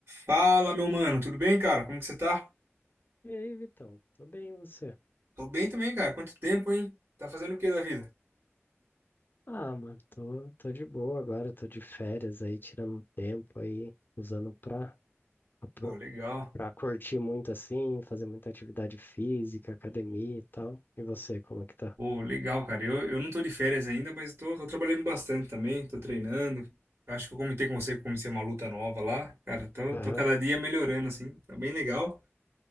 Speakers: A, on the right (about 60°); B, on the left (about 45°).
A: Fala, meu mano, tudo bem, cara? Como que você tá?
B: E aí, Vitão? Tô bem, e você?
A: Tô bem também, cara. Quanto tempo, hein? Tá fazendo o que da vida?
B: Ah, mano, tô, tô de boa agora, tô de férias aí, tirando um tempo aí, usando pra, pra,
A: Pô, legal.
B: pra curtir muito assim, fazer muita atividade física, academia e tal. E você, como é que tá?
A: Pô, legal, cara. Eu, eu não tô de férias ainda, mas tô, tô trabalhando bastante também, tô treinando. Acho que eu comentei com você que eu comecei uma luta nova lá. Cara, tô, tô
B: Aham,
A: cada dia melhorando, assim. Tá bem legal.